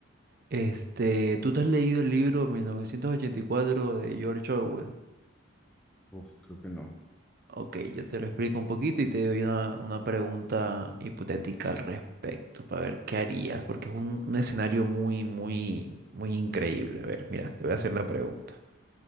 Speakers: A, on the right (about 45°); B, in the centre.
A: Este, ¿tú te has leído el libro 1984 de George Orwell?
B: Uf, creo que no.
A: Ok, yo te lo explico un poquito y te doy una, una pregunta hipotética al respecto, para ver qué harías, porque es un, un escenario muy, muy, muy increíble. A ver, mira, te voy
B: Vale.
A: a hacer la pregunta.